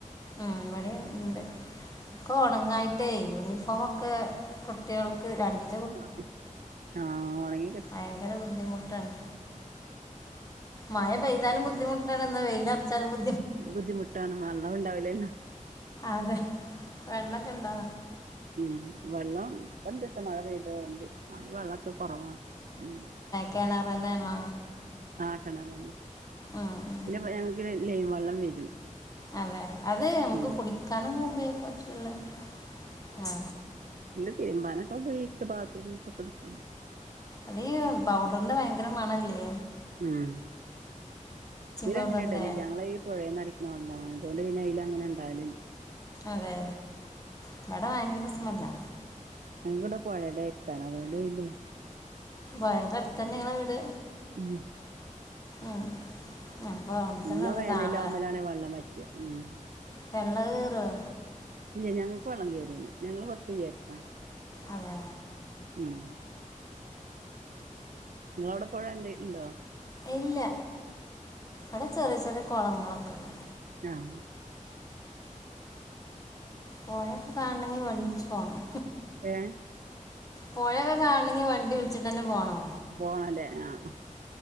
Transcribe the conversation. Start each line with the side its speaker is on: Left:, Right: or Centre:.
Left: ആ ഇവടിംണ്ട്. ഒക്കെ ഒണങ്ങായ്ട്ടേ യൂണിഫോമൊക്കെ കുട്ടികൾക്ക് രണ്ടി
Right: ആ ആ ഒണങ്ങി
Left: ഭയങ്കര ബുദ്ധിമുട്ടാണ്. മഴ പെയ്താലും ബുദ്ധിമുട്ടാണ്ന്ന വെയ്ലർച്ചാലും ബു
Right: ബുദ്ധിമുട്ടാണ് വള്ളം ഇ ണ്ടാവില്ലല്ലോ?
Left: അതെ വെള്ളൊക്കെ ഇണ്ടോ?
Right: ഉം വെള്ളം ഇപ്പട് ട്ടോ മഴ പെയ്ത തുകൊണ്ട് ആര് വെള്ളക്കെ കുറവാണ് ഉം.
Left: കെണറെന്നെണാ?
Right: ആ കെണറെന്നെ.
Left: ആഹ്.
Right: പിന്നെ പ്പം ഞങ്ങക്ക് ലൈൻ വള്ളം വരും.
Left: അതെ അത് അമ്മക്ക്
Right: ഉം
Left: കുടിക്കാനും ഉപയോഗിക്ക പറ്റ്ലല്ലോ ആ.
Right: ഇട് തിര്മ്പാനൊക്കെഉപയോഗിക്കാ ബാത്രൂമ്കൊക്കെട്ക്കാന്.
Left: അതീ പൗഡറിന്റെ ഭയങ്കര മണല്ലേ?
Right: ഉം ഇതീലങ്ങനെ
Left: പൗഡറിൻ്റെ
Right: ഇണ്ടലില്ലാ ഞങ്ങളീ ഈ പുഴേന്ന് അടി ക്ക്ന്ന വള്ളാണ് അതോണ്ട് പിന്നെ അയ്ലങ്ങനെ ഇണ്ടാല്ല്ല്യ.
Left: അതെ ഇപടെ ഭയങ്കര സ്മെല്ലാ.
Right: ഞങ്ങിവിടെ പുഴടെ എര്ത്താണ് അതുകൊണ്ട് ഇല്ലേ.
Left: വയറട്ത്തന്നെ ങ്ങളെ വീട്.
Right: ഉം.
Left: ആഹ്. അപ്പൊ അവ്ട്ത്തന്നെ
Right: നല്ല
Left: ന്ന്
Right: വേനലാവുമ്പലാണ്
Left: കാണാ
Right: വെള്ളം വറ്റുക ഉം
Left: വെള്ള കേറോ.
Right: ഇല്ല ഞങ്ങക്ക് വള്ളം കേറൂല ഞങ്ങള് കൊർച്ചുയരത്ത.
Left: അതെ.
Right: ഉം. ങ്ങളവ്ടെ പൊഴെന്തേലു ണ്ടോ.
Left: ഇല്ല അടെ ചെറിയ ചെറിയ കൊളങ്ങളൊക്കെള്ളു.
Right: ഞ്ഞാഹ്.
Left: പോയൊക്കെ കാൺണെങ്കി വണ്ട്യുൾച്ച് പോണം.
Right: ഏഹ്.
Left: പൊഴക്കെ കാൺണങ്കി വണ്ടി വിൾച്ചിട്ടെന്നെ പോണോ.
Right: പോണ ലേ ആഹ്.